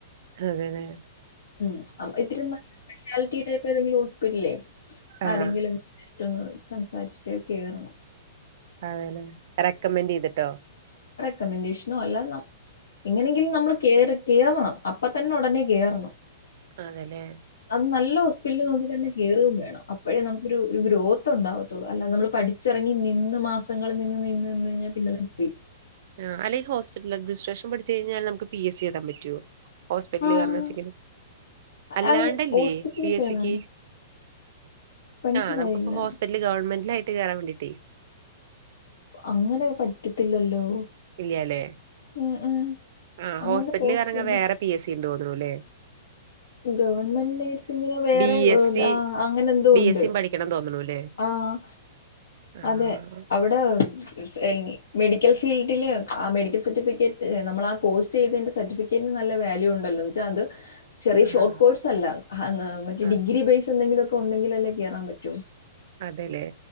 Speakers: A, on the right (about 50°); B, on the left (about 85°).
A: അതനെ
B: ഉം അപ്പ ഇത്തിരി നല്ല സ്പെഷ്യാലിറ്റി ടൈപ്പ് ഏതെങ്കിലു ഹോസ്പിറ്റലിൽ ട്ടില്ലേ
A: ആഹ്
B: ആരെങ്കിലും മ് സംസാരിച്ചിട്ട് കേറണം
A: അതെല്ലെ റെക്കമെന്റ് ചെയ്തിട്ടോ
B: കമെന്റേഷനോ അല്ലാ നം എങ്ങനെങ്കിലും നമ്മള് കേറി കേറണം അപ്പ തന്നെ ഉടനെ കേറണം
A: അതെല്ലേ
B: അന്ന് നല്ല ഹോസ്പിറ്റലിൽ നോക്കി തന്നെ കേറുകം വേണം അപ്പോഴേ നമുക്കൊരു ഒരു ഗ്രോത്ത് ഉണ്ടാവത്തുള്ളു അല്ലാതെ നമ്മള് പഠിച്ചറങ്ങി നിന്ന് മാസങ്ങള് നിന്ന് നിന്ന് നിന്ന് കഴിഞ്ഞാ പിന്നെ അത് പോയി.
A: ആ അല്ലേത് ഹോസ്പിറ്റൽ അഡ്മിനിസ്ട്രേഷൻ പഠിച്ചഴിഞ്ഞാൽ നമുക്ക് പി എസ് സി എഴുതാൻ പറ്റുവോ ഹോസ്പിറ്റല്
B: ആഹ്
A: കാരണം വെ ച്ചങ്കില് അല്ലാണ്ടല്ലേ
B: അയ് ഹോസ്പിറ്റലിൽ
A: പി എസ്
B: കേറാനോ?
A: സിക്ക്
B: മനസ്സിലായില്ല.
A: ആ നമക്കിപ്പോ ഹോസ്പിറ്റല് ഗവൺമെൻ്റ്ലേ ഇട്ട് കേറാൻ വേണ്ടിട്ട്
B: അങ്ങനെ പറ്റത്തില്ലല്ലോ
A: ഇല്ല്യാല്ലേ
B: ഏഹ് ഏഹ്
A: ആ
B: അങ്ങനത്തെ
A: ഹോസ്പിറ്റല്ക്കേറങ്ങി
B: പോസ്റ്റ് ഉണ്ടോ?
A: വേറെ പി എസ് സി ഇണ്ടോ <unintelligible>
B: ഗവൺമെന്റ് നേഴ്സിങ്ങിന് വേറെ
A: ബി
B: വ്
A: എസ് സി
B: ആ അങ്ങനന്തോ
A: ബി
B: ഒണ്ട്
A: എസ് സിയും പഠിക്കണം തോന്നണൂല്ലേ
B: ആഹ്
A: ആഹ്
B: അതെ അവിടെ സ്എങ്കി മെഡിക്കൽ ഫീൽഡില് ആ മെഡിക്കൽ സർട്ടിഫിക്കറ്റ് നമ്മളാ കോഴ്സ് ചെയ്തേന്റെ സർട്ടിഫിക്കറ്റിന് നല്ല വാല്യൂണ്ടല്ലോ ന്ന് വെച്ചാൽ അത് ചെറിയ ഷോർട്ട്
A: ആഹ്
B: കോഴ്സ് അല്ല മറ്റ
A: ആഹ്
B: ഡിഗ്രി ബേസ് എന്തെങ്കിലും ഒക്ക ഉണ്ടെങ്കിലല്ലേ കേറാൻ പറ്റുവോ
A: അതെല്ലേ